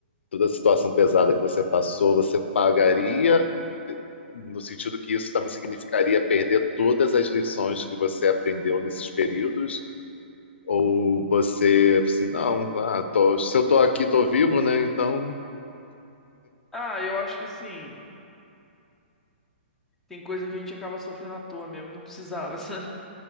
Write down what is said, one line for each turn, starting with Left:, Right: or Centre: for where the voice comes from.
Left: toda a situação pesada que você passou, você pagaria, no sentido que isso também significaria perder todas as lições que você aprendeu nesses períodos? Ou você, assim, não, vá, tô- se eu estou aqui, estou vivo, né? Então,
Centre: Ah, eu acho que assim, tem coisa que a gente acaba sofrendo à toa mesmo e não precisava, <laughs> sabe?